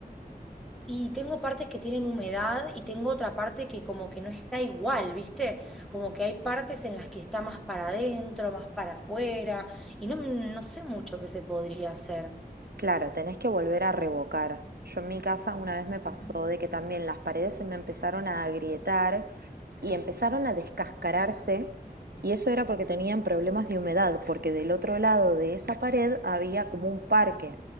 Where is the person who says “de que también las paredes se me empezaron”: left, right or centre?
Right